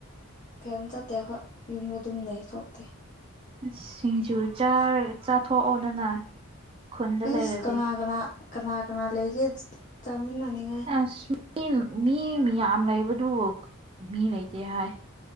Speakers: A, on the left; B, on the right.
A: ꯀꯩꯝ ꯆꯠꯇꯦ ꯍꯣꯏ ꯌꯨꯝꯗ ꯑꯗꯨꯝ ꯂꯩ ꯊꯣꯛꯇꯦ
B: ꯑꯁ ꯁꯤꯡꯖꯨ ꯆꯥꯔ ꯆꯥꯊꯣꯛꯑꯣꯗꯅ ꯈꯨꯟꯗ
A: ꯏꯁ
B: ꯂꯩꯔꯗꯤ
A: ꯀꯅꯥ ꯀꯅꯥ ꯀꯅꯥ ꯀꯅꯥ ꯂꯩꯒꯦ ꯆꯥ ꯆꯥꯃꯤꯟꯅꯅꯤꯡ
B: ꯑꯁ ꯃꯤ ꯃꯤ ꯃꯤꯌꯥꯝ ꯂꯩꯕꯗꯨꯕꯨ ꯃꯤ ꯂꯩꯇꯦ ꯍꯥꯏ